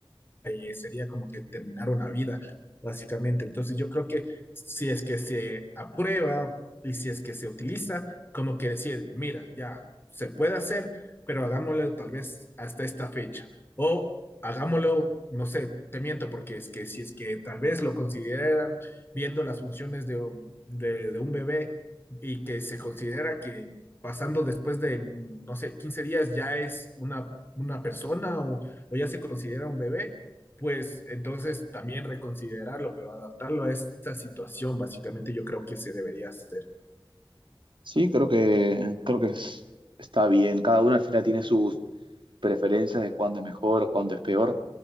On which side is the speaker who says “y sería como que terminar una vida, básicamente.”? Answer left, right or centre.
Left